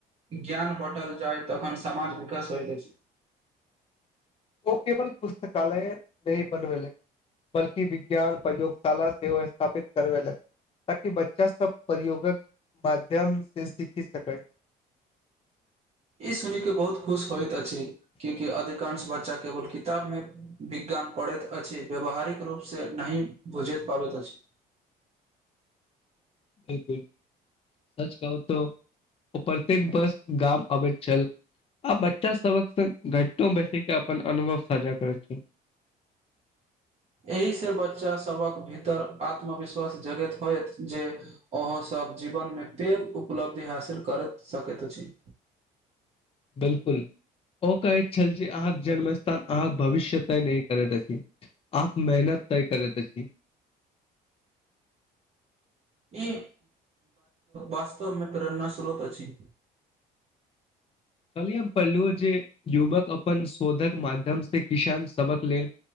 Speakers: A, on the right; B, on the left.
A: ज्ञान बाँटल जाय तखन समाज विकास होइत अछि।
B: ओ केवल पुस्तकालय नहि बनबे। बल्कि विज्ञान प्रयोगशाला सेहो स्थापित करबेलैथ। ताकि बच्चा सभ प्रयोगक माध्यम से सीखि सकै
A: ई सुन के बहुत खुश होत अछि कियाकि अधिकांश बच्चा केवल किताब मे विज्ञान पढ़ैत अछि व्यवहारिकऽ रूप से नहि बुझैत पाबैत अछि
B: बिल्कूल सच कहू तऽ ओ प्रत्येक बर्ष गाम अबैत छाल आ बच्चा सभके संग घाणटो बैसी के अपन अनुभव साझा करे छै
A: एहि से बच्चा सभक भीतर आत्मविश्वास जगैत होयत जे। अहाँ सभ जीवन मे पैघ उपलब्धि हासिल करैत सकैत अछि।
B: बिल्कूल ओ कहैत छल जे अहाँकेँ जन्म स्थान अहाँकेँ भविष्य तय नहि करैत अछि आ मेहनत तय करैत अछि
A: ई वास्तव मे प्रेरणा स्रोत अछि।
B: कहलियी हम पहिलु जे युवक अपन शोधकऽ माध्यम से किसान सभ के लेलऽ